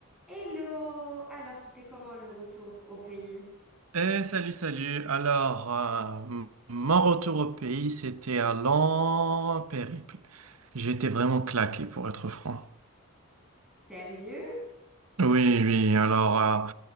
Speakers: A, in the centre; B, on the right (about 85°).
A: Hello! Alors, c'était comment le retour au pays?
B: Eh, salut, salut. Alors, euh, m- mon retour au pays, c'était un long périple. J'étais vraiment claqué, pour être franc.
A: Sérieux?
B: Oui, oui. Alors, euh,